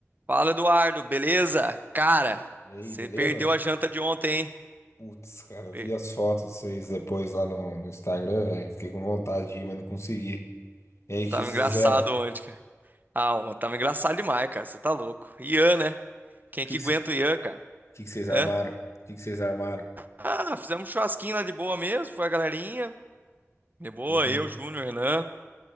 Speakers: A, on the right; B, on the left.
A: Fala, Eduardo, beleza? Cara,
B: E aí,
A: você
B: beleza?
A: perdeu a janta de ontem, hein?
B: Putz, cara, eu
A: Per-
B: vi as fotos de vocês depois lá no, no Instagram, velho. Fiquei com vontade de ir, mas não consegui. E aí, o
A: Tava
B: que vocês
A: engraçado
B: fizeram? O
A: ontem, cara. Ah, uma, tava engraçado demais, cara. Você tá louco. Ian, né? Quem
B: que,
A: que
B: que,
A: aguenta
B: cê-
A: o Ian, cara?
B: o que que vocês armaram?
A: Hã?
B: O que, que vocês armaram?
A: Ah, fizemos um churrasquinho lá de boa mesmo, foi a galerinha. De boa,
B: Uhum.
A: eu, Júnior, Renan,